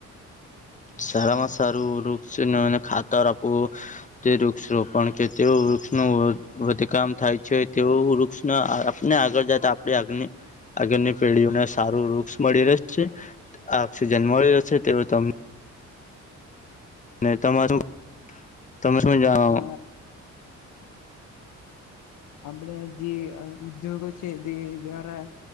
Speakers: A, on the left; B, on the left.
A: સારા માં સારું વૃક્ષનેને ખાતર આપવું. તે વૃક્ષ રોપણ કે તે વૃક્ષનું વધ કામ થાય છે તેવું વૃક્ષ આપને આગળ જતા આપણી આગ આગળની પેઢીઓને સારું વૃક્ષ મળી રહે છે. આક્ષિજન મળેલો છે તેવ તમને તમારૂ તમે શું જણવા
B: અ આપડે જે ઉદ્યોગો છે તે દ્વારા